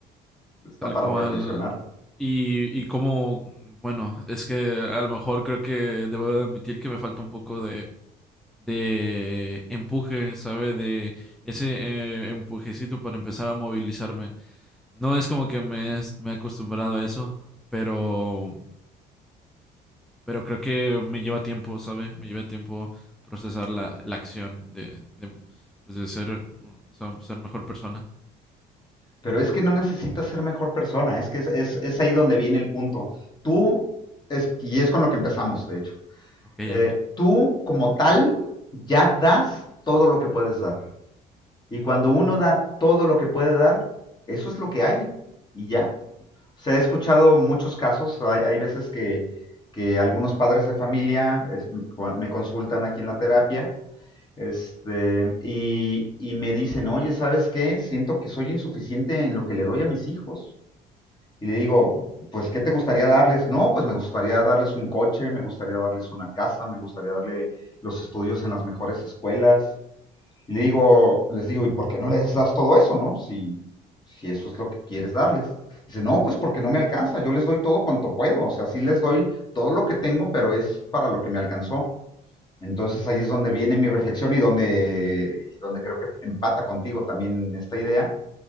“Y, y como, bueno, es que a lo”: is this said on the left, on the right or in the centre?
Centre